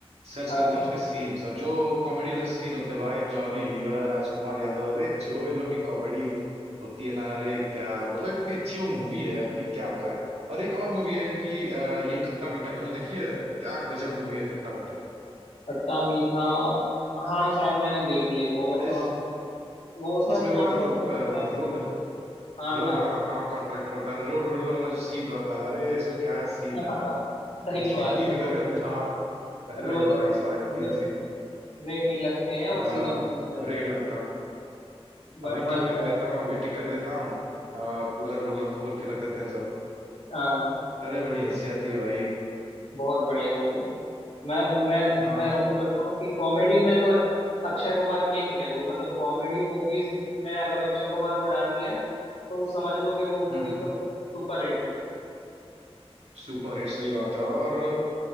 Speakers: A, on the right (about 85°); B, on the left (about 85°).
A: सर्च
B: हाँ
A: कर लेता हूँ उसके सीन्स और जो कॉमेडी वाले सीन होते हैं भाई जॉनी लीवर राजकुमार यादव अरे जो इन लोग की कॉमेडी होती है ना अरे क्या मतलब इतनी अच्छी वो मूवी है कि क्या बताएं और एक और मूवी है इनकी अ, ये खट्टा मीठा तुमने देखी है क्या गजब मूवी है खट्टा मीठा
B: खट्टा मीठा हाँ शायद मैंने देखी है वो
A: अरे
B: अ,
A: इस-
B: वो उसमें
A: इसमें वो
B: कॉन्ट्रैक्टर
A: रोल अ,
B: होता है
A: रोड
B: हाँ
A: रोड
B: हाँ
A: हाँ हाँ कॉन्ट्रैक्टर रहता है रोड रोलर वाला जो सीन रहता है अरे इसमें क्या सीन
B: हाँ <laughs>
A: है
B: सही बात
A: <laughs> गिर
B: है वो
A: गर्गन घाट अरे
B: रोलर
A: भाई साहब इतनी
B: ब्रेक
A: हंसी
B: ब्रेक नहीं लगते हैं वो
A: हाँ
B: सीधा घर में चला
A: बुरे
B: जाता
A: के लगता
B: है
A: है।
B: ब-
A: अभी ठीक
B: मजेदार
A: करके देता हूँ अभी ठीक करके देता हूँ और पूरा रोलर खोल के रख देते हैं सब
B: हाँ
A: अरे बड़ी हंसी आती है भाई
B: बहुत बढ़िया मूवी है मैं मैं
A: हाँ
B: मैं सच
A: कॉम
B: बताऊं कि कॉमेडी में तो अक्षय कुमार किंग है वो मतलब कॉमेडी मूवीज में अगर अक्षय कुमार को डाल दिया तो समझ लो कि वो मूवी
A: हम्म
B: तो सुपर हिट है
A: सुपर हिट सही बात है और